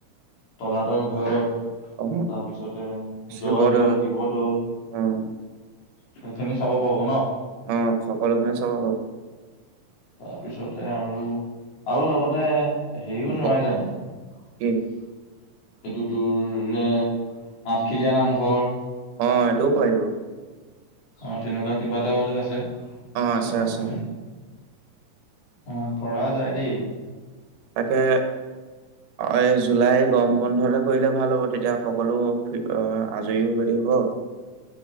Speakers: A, on the left; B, on the right.
A: তলাতল ঘৰ,
B: অ
A: তাৰপিছতে
B: শিৱদৌল
A: জয়দৌল, শিৱদৌল
B: উম
A: সেইখিনি চাব পাব ন'।
B: অ সকলোখিনি চাব
A: তাৰপিছতে আৰু, আৰু লগতে হেৰিও নোৱাৰে
B: পাব
A: জানো সেইটো
B: কি
A: তোৰ, আঠখিলীয়া নামঘৰ।
B: অ', এইটোও পাৰিব।
A: অ'। তেনেকুৱা কিবাটাও যে আছে শিৱসাগৰৰ
B: অ আছে আছে
A: ফালে অ পৰা যায় দেই।
B: এ এই জুলাই গৰম বন্ধতে কৰিলে ভাল হ'ব তেতিয়া সকলো আজৰিও হৈ থাকিব।